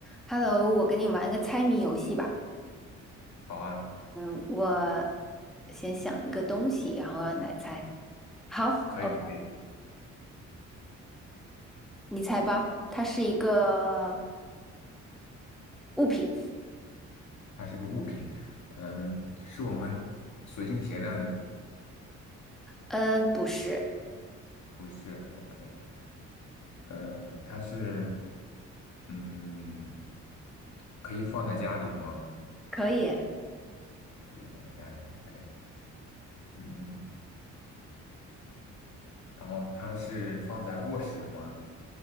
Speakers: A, in the centre; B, on the left.
A: Hello，我跟你玩一个猜谜游戏吧。
B: 好啊，
A: 嗯，我先想一个东西，然后让你来猜。好，
B: 可以可以，
A: 哦，你猜吧。它是一个物品。
B: 它是个物品，嗯，是我们随身携带的，
A: 嗯，不是，
B: 不是？OK，呃，它是，嗯，可以放在家里的吗？
A: 可以，
B: 可以放在家里，OK，嗯，然后它是放在卧室的吗？